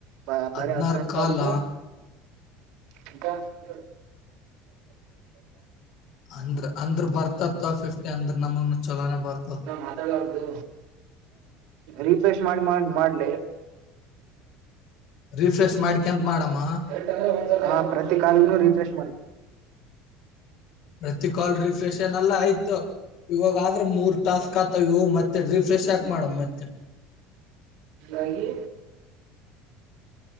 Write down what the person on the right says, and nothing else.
ಬ
ಬರ ಹದಿನಾರ
ಕಾಲನು ಹ್ಮ
ಮಾತಾಡ್ಲಾರ್ದು ರೀಫ್ರಷ್ ಮಾಡಿ ಮಾಡ ಮಾಡ್
ಕರೆಂದ್ರೆ ಒ ಹಾ ಪ್ರತಿ ಕಾಲ ರೀಫ್ರೆಶ್ ಮಾಡ
ಒಗಿ